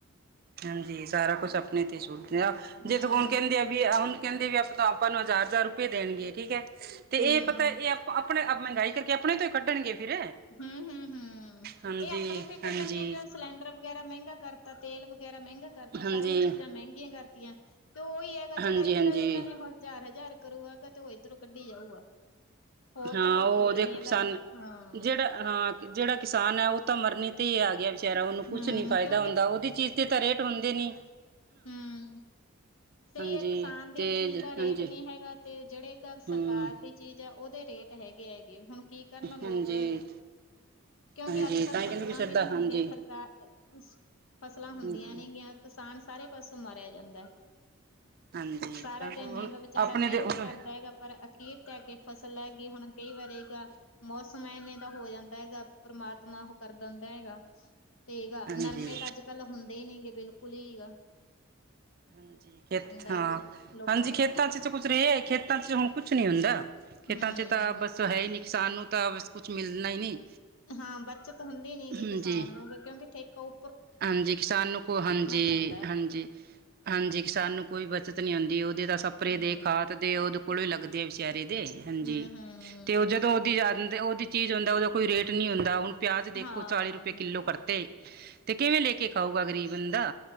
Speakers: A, on the right; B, on the left.
A: ਹਾਂਜੀ ਸਾਰਾ ਕੁਛ ਆਪਣੇ ਤੇ ਸੂਲ ਜੇ
B: ਹਮ
A: ਤ ਹੁਣ ਕਹਿੰਦੇ ਆ ਵੀ ਹੁਣ ਕਹਿੰਦੇ ਵੀ ਆਪਾਂ ਆਪਾਂ ਨੂੰ ਹਜ਼ਾਰ ਹਜ਼ਾਰ ਰੁਪਏ ਦੇਣਗੇ ਠੀਕ ਹੈ ਤੇ
B: ਹਮ
A: ਇਹ ਪਤਾ ਇਹ ਆਪਾਂ ਆਪਣੇ ਮਹਿੰਗਾਈ ਕਰਕੇ ਆਪਣੇ ਤੋਂ ਹੀ ਕੱਢਣਗੇ ਫਿਰ
B: ਹਮ ਹਮ ਹਮ
A: ਹਾਂਜੀ
B: ਇਹ ਆਪਣੇ ਤੇ ਕੱਢਣਗੇ
A: ਹਾਂਜੀ
B: ਕਿ ਹੁਣ ਸਿਲੰਡਰ ਵਗੈਰਾ ਮਹਿੰਗਾ ਕਰਤਾ ਤੇਲ ਵ ਵਗੈਰਾ ਮਹਿੰਗਾ ਕਰਤਾ
A: ਹਾਂਜੀ
B: ਸਾਰੀਆਂ ਚੀਜ਼ਾਂ ਮਹਿੰਗੀਆਂ ਕਰ ਤਆਂ ਤੇ ਉਹੀ ਹੈਗਾ
A: ਹਾਂਜੀ
B: ਜਿਹੜਾ ਇੱਧਰ
A: ਹਾਂਜੀ
B: ਇਹਨਾਂ ਨੇ ਜਾ ਜ਼ਾਰ ਕਰੂਗਾਗਾ ਤੇ ਉਹ ਇੱਧਰੋਂ ਕੱਢੀ ਜਾਊਗਾ ਹੋਰ
A: ਹਾਂ
B: ਤਾਂ ਫੇਿਰ
A: ਉਹ
B: ਕੋਈ
A: ਦੇਖੋ
B: ਨੀ ਇਹਦਾ
A: ਕਿਸਾਨ
B: ਹਾਂ
A: ਜਿਹੜਾ ਹਾਂ ਜਿਹੜਾ ਕਿਸਾਨ ਹੈ ਉਹ ਤਾਂ ਮਰਨੀ ਤੇ ਹੀ ਆ ਗਿਆ ਵਿਚਾਰਾ ਉਹਨੂੰ ਕੁਛ
B: ਹਮ
A: ਨ ਨਹੀਂ ਫਾਇਦਾ
B: ਕਿਉਂਕਿ
A: ਹੁੰਦਾ ਉਹਦੀ ਚੀਜ਼ ਤਾਂ ਰੇਟ ੋਂਦੇ ਨ
B: ਹਮ ਸਹੀ
A: ਹਾਂਜੀ
B: ਹੈ ਕਿਸਾਨ ਦੀ
A: ਤੇ
B: ਚੀਜ਼ ਦਾ ਰੇਟ
A: ਹਾਂਜੀ
B: ਨੀ ਹੈਗਾ ਤੇ ਜਿਹੜੇ ਕ
A: ਹਮ
B: ਸਰਕਾਰ ਦੀ ਚੀਜ਼ ਜਾਂ ਉਹਦੇ ਰੇਟ ਹੈਗੇ ਹੈਗੇ ਵੀ ਹੁਣ ਕੀ ਕਰਨ ਲੋਕ
A: ਹਾਂਜੀ
B: ਕਿਉਂਕਿ
A: ਹਾਂਜੀ
B: ਅੱਜ ਕੱਲ
A: ਤਾਂ ਹੀ ਕਹਿੰਦੇ
B: ਫਸਲਾਂ
A: ਸਰਦਾ
B: ਵੀ ਨਹੀ
A: ਹਾਂਜੀ
B: ਹੁੰਦੀਆਂ ਸਰਕਾਰ ਅ ਫਸਲਾਂ ਹੁੰਦੀਆਂ
A: ਹਾਂਜੀ
B: ਨੇਗੀਆਂ ਕਿਸਾਨ ਸਾਰੇ ਪਾਸੋਂ ਮਾਰਿਆ ਜਾਂਦਾ ਹੈ
A: ਹਾਂਜੀ
B: ਸਾਰਾ
A: ਤਾਂ
B: ਦਿਨ
A: ਹੁਣ
B: ਲਹਿੰਗਾ ਵਿਚਾਰਾ
A: ਆਪਣੇ
B: ਮਿਹਨਤ
A: ਦੇ ਹੁਣ
B: ਕਰਦਾ ਹੈਗਾ ਪਰ ਅਖੀਰ ਧੈ ਕੇ ਫਸਲ ਲੈਗੀਈ ਹੁਣ ਕਈ ਵਾਰ ਇਹਗਾ ਮੌਸਮ ਐਵੇਂ ਦਾ ਹੋ ਜਾਂਦਾ ਹੈਗਾ, ਪਰਮਾਤਮਾ ਉਹ ਕਰ ਦਿੰਦਾ ਹੈਗਾ। ਤੇ ਆ
A: ਹਾਂਜੀ
B: ਨਰਮੇ ਤਾਂ ਅੱਜ ਕੱਲ ਹੁੰਦੇ ਹੀ ਨੀ ਗੇ ਬਿਲ- ਕੁਲੀਗਾ
A: ਹਾਂਜੀ, ਖੇਤ ਹਾਂ
B: ਹੈਗਾ ਲੋਕਾਂ
A: ਹਾਂਜੀ
B: ਨੂੰ।
A: ਖੇਤਾਂ ਚ ਕੁੱਝ ਰਹੇ ਖੇਤਾਂ ਚ ਹੁਣ ਕੁਛ ਨੀ ਹੁੰਦਾ, ਖੇਤਾਂ
B: ਹੂੰ
A: ਚ ਤਾਂ ਬਸ ਹੈ ਹੀ ਨੀ। ਕਿਸਾਨ ਨੂੰ ਤਾਂ, ਬਸ ਕੁਛ ਮਿਲਣਾ ਹੀ ਨਹੀਂ।
B: ਹਾਂ, ਬੱਚਤ ਹੁੰਦੀ ਨੀ ਗੀ
A: ਹਾਂਜੀ
B: ਕਿਸਾਨ ਨੂੰ ਕਿਉਂਕਿ ਠੇ- ਕ।
A: ਹਾਂਜੀ, ਕਿਸਾਨ ਨੂੰ ਕੋ ਹਾਂਜੀ,
B: ਪੈਂਦਾ ਹੈ।
A: ਹਾਂਜੀ- ਹਾਂਜੀ ਕਿਸਾਨ ਨੂੰ ਕੋਈ ਬਚਤ ਨੀ ਆਉਂਦੀ ਉਹਦੇ ਤਾਂ ਸਪਰੇ
B: ਹੂੰ
A: ਦੇ, ਖਾਦ ਦੇ, ਉਹਦੇ ਕੋਲ ਵੀ ਲਗਦੇ ਵਿਚਾਰੇ ਦੇ ਹਾਂਜੀ
B: ਹੂੰ-ਹੂੰ
A: ਤੇ ਉਹ ਜਦੋਂ ਉਹਦੀ ਯਦ ਤੇ ਉਹਦੀ ਚੀਜ਼ ਹੁੰਦਾ, ਉਹਦਾ ਕੋ ਰੇਟ ਨਹੀਂ ਹੁੰਦਾ ਹੁਣ- ਪਿਆਜ਼ ਦੇਖੋ
B: ਹਾਂ
A: ਚਾਲੀ ਰੁਪਏ ਕਿੱਲੋ ਕਰਤੇ। ਤੇ ਕਿਵੇਂ ਲੈ ਕੇ ਖਾਊਗਾ ਗਰੀਬ ਬੰਦਾ।